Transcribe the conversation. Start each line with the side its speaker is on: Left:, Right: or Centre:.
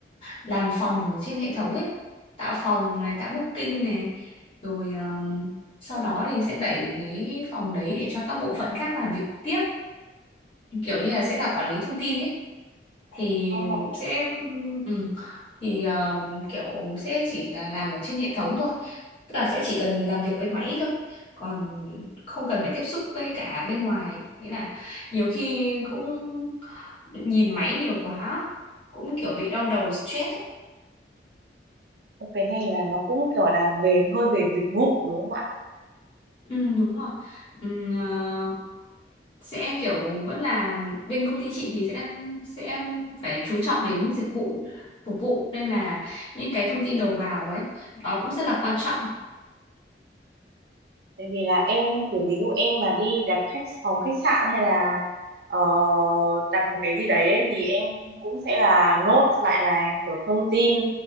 Left: làm phòng ở trên hệ thống ấy tạo phòng này tạo booking này rồi ờm, sau đó thì sẽ đẩy cái phòng đấy để cho các bộ phận khác làm việc tiếp kiểu như là sẽ là quản lý thông tin ấy thì
Right: Ờ, ủa,
Left: sẽ không ừ, thì ờ, kiểu sẽ chỉ là làm ở trên hệ thống thôi tức là sẽ chỉ cần làm việc với máy thôi còn không cần phải tiếp xúc với cả bên ngoài nghĩa là nhiều khi cũng nhìn máy nhiều quá cũng kiểu bị đau đầu stress á.
Right: cái này là nó cũng kiểu là về hơi về dịch vụ đúng không ạ
Left: ừ, đúng rồi ừ, ờ, sẽ kiểu vẫn là bên công ty chị thì sẽ sẽ phải chú trọng đến dịch vụ phục vụ nên là những cái thông tin đầu vào ấy đó cũng rất là quan trọng
Right: Tại vì là em kiểu ví dụ em mà đi đặt khách phòng khách sạn hay là ờ, đặt một cái gì đấy ấy, thì em cũng sẽ là nốt lại là kiểu thông tin